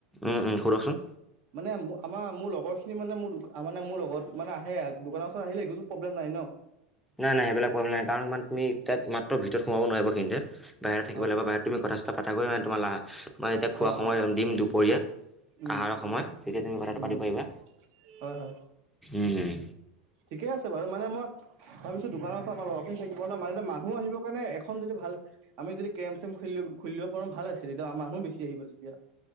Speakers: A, in the centre; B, on the right.
A: উম সুধকচোন।
B: মানে আমাৰ মোৰ লগৰ খিনি মানে মোৰ মানে মোৰ লগৰত মানে আহে দোকানৰ ওচৰত আহে একতো প্ৰব্লেম নাই ন।
A: নাই নাই সেইবিলাক প্ৰব্লেম নাই কাৰণ তুমি তাত মাত্ৰ ভিতৰত সোমাব নোৱাৰিবা কিন্তু, বাহিৰত থাকিব
B: হয়
A: লাগিব বাহিৰত তুমি কথা চাটা পাকা কৰি মানে তোমাৰ লা তোমাৰ এতিয়া খোৱা
B: অ
A: সময়
B: অ
A: দিম দুপৰীয়া।
B: উম
A: আহাৰৰ সময় তেতিয়া তুমি কথাটো
B: উম
A: পাতি পাৰিবা
B: হয় হয়
A: উম উম,
B: ঠিকে আছে বাৰু মানে মই তাৰ পিছত দোকানৰ আছে আমাৰ লৰাটো থাকিব ন মানে মানুহ আহিব কাৰণে এ যদি ভাল আমি যদি কেম চেম খুলিলো খুলিব দিব পাৰিলে ভাল আছিল এতিয়া আৰ মানুহ বেছি আহিব যেতিয়া